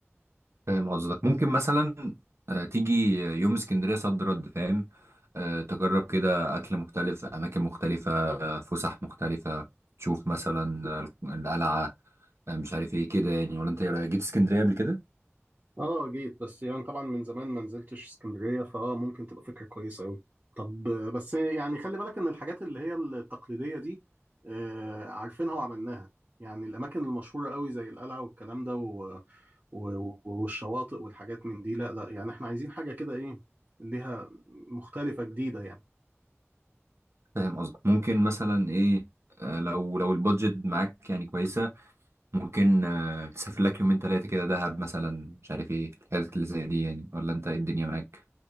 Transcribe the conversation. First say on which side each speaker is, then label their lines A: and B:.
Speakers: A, on the right (about 65°); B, on the right (about 45°).
A: فاهم قصدك ممكن مثلا آه، تيجي يوم اسكندرية صد رد فاهم آه، تجرب كده أكل مختلف أماكن مختلفة آه، فسح مختلفة تشوف مثلا آه، القلعة آه، مش عارف ايه كده يعني ولا أنت إيه رأيك جيت اسكندرية قبل كده؟
B: اه جيت بس يعني طبعا من زمان ما نزلتش اسكندريه فاه ممكن تبقى فكره كويسه قوي طب آه، بس يعني خلي بالك ان الحاجات اللي هي التقليديه دي آه، عارفينها وعملناها يعني الاماكن المشهوره قوي زي القلعه والكلام ده و- و- والشواطئ والحاجات من دي لا لا يعني احنا عايزين حاجه كده ايه ليها مختلفه جديده يعني
A: فاهم قصدك ممكن مثلا ايه آه، لو لو البادجت معاك يعني كويسة ممكن آه، تسافر لك يومين ثلاثة كده دهب مثلا مش عارف ايه الحاجات اللي زي دي يعني ولا انت إيه الدنيا معاك